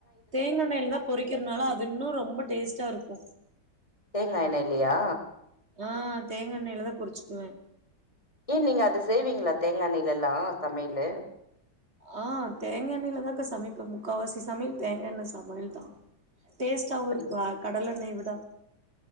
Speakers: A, on the right; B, on the left.
A: தேங்கெண்ணயில தான் பொரிக்கிறதுனால அது இன்னும் ரொம்ப டேஸ்டா இருக்கும்
B: தேங்கா எண்ணெய்லயா
A: ஆஹ் தேங்க் எண்ணயிலதான் பொரிச்சுக்குவேன்
B: ஏ நீங்க அது செய்வீங்களா தேங்காய்ண்ணில எல்லாம் சமையல
A: ஆஹ் தேங்காய் எண்ணயில இருதாக்கா சமைப்பேன் முக்கால்ாவாசி சமையல் தேங்காய எண்ணெய சமையல் தான் டேஸ்ட்டாவவும்
B: அப்படியா
A: இருக்குவா கடல்ெண்ணய் விட ட